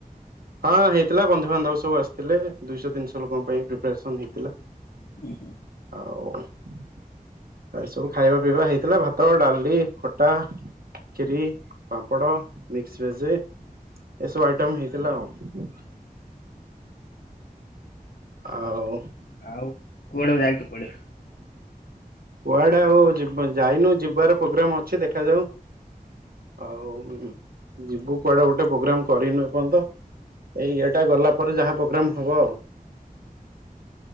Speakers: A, on the right (about 75°); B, on the left (about 90°).
A: ହଁ ହେଇଥିଲା ବନ୍ଧୁବାନ୍ଧବ ସବୁ ଆସିଥିଲେ ଦୁଇଶହ ତିନିଶହ ଲୋକଙ୍କ ପାଇଁ ପ୍ରିପାରେସନ ହେଇଥିଲା।
B: ଉହୁଁ।
A: ଆଉ ଏ ଏ ସବୁ ଖାଇବା ପିଇବା ହେଇଥିଲା। ଭାତ ଡାଲିଲି ଖଟା ଖିରି, ପାମ୍ପଡ଼, ମିକସ ଭେଜ ଏସବୁ ଆଇଟମ ହେଇଥିଲା ଆଉ। ଆଉ
B: ଆଉ କୁଆଡେ ଯାଇଚ କୁଆଡେ
A: କୁଆଡେ ଆଉ ଯାଇନୁ ଯିବାର ପ୍ରୋଗ୍ରାମ ଅଛି ଦେଖାଯାଉ। ଆଉ ଯିବୁ କୁଆଡେ ଗୋଟେ ପ୍ରୋଗ୍ରାମ କରିନୁ ଏପନ୍ତ ଏଇ ଏଟା ଗଲା ପରେ ଯାହା ପ୍ରୋଗ୍ରାମ ହବ ଆଉ।